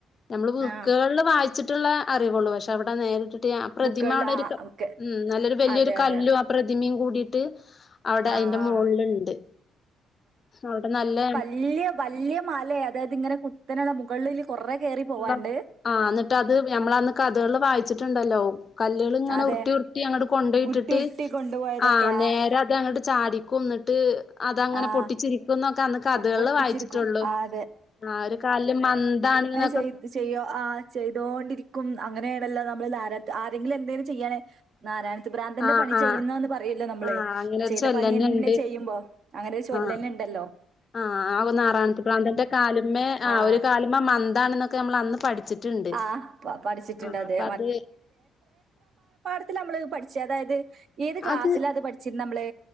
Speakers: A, on the left; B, on the right.
A: നമ്മള് ബുക്കുകളില്
B: ആ
A: വായിച്ചിട്ടുള്ള അറിവൊള്ളൂ പക്ഷേ അവിടെ നേരിട്ട് ട്ട് പ്രതിമ
B: ബുക്കുകളിൽ
A: അവിടെ
B: ആ
A: ഒരു
B: ഓക്കെ
A: ഉം നല്ലൊരു വല്യയൊരു
B: അതെ
A: കല്ലും
B: അതെ
A: ആ പ്രതിമിം കൂടിയിട്ട് അവിടെ
B: ആ
A: അയിന്റെ
B: ആ
A: മോൾല്ണ്ട് അവിടെ നല്ല
B: ഇല്ല്യ വല്ല്യ മലേ അതായത് ഇങ്ങനെ കു കുത്തനള്ള മുകളില് കൊറേ കേറി പോവാണ്ട്
A: ന്ന ആ എന്നിട്ട് അത് ഞമ്മളന്ന് കഥകളില് വായിച്ചിട്ടുണ്ടല്ലോ കല്ലുകള് ഇങ്ങനെ
B: അതെ
A: ഉർട്ടി ഉർട്ടി അങ്ങട്ട് കൊണ്ടോയിട്ടിട്ട്
B: ഉരുട്ടി ഉരുട്ടി കൊണ്ടുപോയതൊക്കെ
A: ആ നേരെ
B: ആഹ്
A: അത് അങ്ങോട്ട് ചാടിക്കുംന്ന്ട്ട് അതങ്ങനെ
B: ആഹ്
A: പൊട്ടിച്ചിരിക്കുന്ന ത്ത അന്ന് കഥകള്
B: പൊ പൊട്ടിച്ചിരിക്കും
A: വായിച്ചിട്ടുള്ളു
B: ആഹ് അതെ
A: ആ ഒരു കാലില് മന്താണന്നൊ
B: ചെയ് ചെയ്യോ ആ ചെയ് ട്ടോണ്ടിരിക്കും അങ്ങനെയാണല്ലോ നമ്മള് നാര ആരെങ്കിലും എന്തേലും ചെയ്യാണേ നാരായണ ഭ്രാന്തന്റെ
A: ആഹ്
B: പണി
A: ആഹ്
B: ചെയ്യുന്ന് പറയല്ലോ നമ്മള്
A: ആഹ് അങ്ങനെ ഒരു
B: ചെയ്ത
A: ചൊല്ലന്നെ
B: പണിന്നെ
A: ഇണ്ട്
B: ചെയ്യുമ്പോ അങ്ങനെ ഒരു ചൊല്ലന്നെ
A: ആഹ്
B: ഉണ്ടല്ലോ
A: ആഹ് ആ നാറാണത്തെ പ്രാന്തന്റെ കാല്മ്മേ ആ
B: ആഹ്
A: ഒരു കാലമ്മേ മന്താണെന്നൊക്കെ നമ്മള് അന്ന് പഠിച്ചിട്ടുണ്ട്
B: ആ പ പഠിച്ചിട്ടുണ്ട്
A: ആഹ്
B: അതെ.
A: അപ്പ അത്
B: ത്തിലാ നമ്മള് പഠിച്ച അതായത് ഏത് ക്ലാസ്സിലാ
A: അത്
B: പഠിച്ചിരുന്നേ നമ്മള്?